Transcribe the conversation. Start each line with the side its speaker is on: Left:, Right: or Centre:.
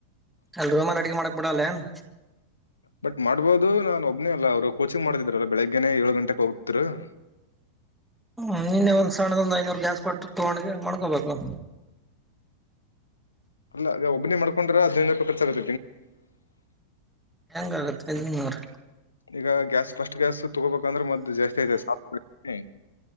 Centre: ಅಲ್ ರೂಮಲ್ಲಿ ಅಡುಗೆ ಮಾಡಕ್ ಬಿಡಲೇನು.
Left: ಬಟ್ ಮಾಡ್ಬೋದು ನಾನೊಬ್ಬನೇ ಅಲ್ಲ ಅವ್ರು ಕೋಚಿಂಗ್ ಮಾಡ್ತಿದ್ರಲ್ಲ ಬೆಳಿಗ್ಗೆನೆ ಏಳು ಗಂಟೆಗೆ ಹೋಗ್ತೀರಾ. ಹ್ಮ್
Centre: ಹ್ಮ ನಿನ್ನೆ ಒಂದ್ ಸಣ್ಣುದು ಒಂದ್ ಐನೂರು ಗ್ಯಾಸ್ ಕೊಟ್ಟು ತಗೊಂಡ್ ಹೋಗಿ ಮಾಡ್ಕೊಳೋದು.
Left: ಇಲ್ಲ ಈ ಒಬ್ನಿ ಮಾಡ್ಕೊಂಡ್ರೆ ಅದ್ರಲ್ಲಿ <unintelligible> ಖರ್ಚಾಗು
Centre: ಹೆಂಗಾಗುತ್ತೆ ನೂರು.
Left: ಈಗ ಗ್ಯಾಸ್ ಫಸ್ಟ್ ಗ್ಯಾಸ್ ತಗೋಬೇಕಂದ್ರೆ ಮತ್ತು ಜಾಸ್ತಿ <unintelligible>